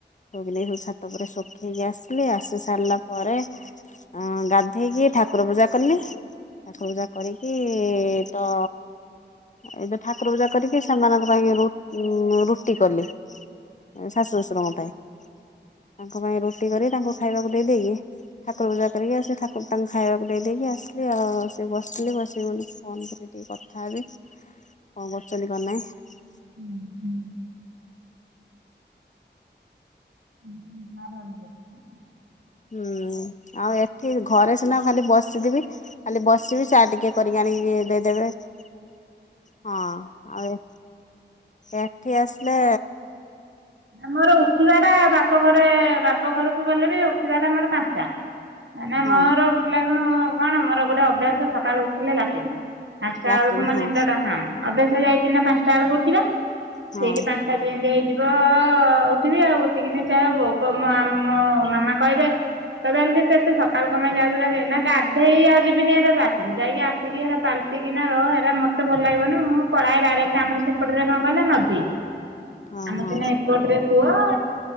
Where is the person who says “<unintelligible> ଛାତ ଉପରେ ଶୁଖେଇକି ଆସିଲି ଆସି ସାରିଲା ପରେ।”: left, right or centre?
Left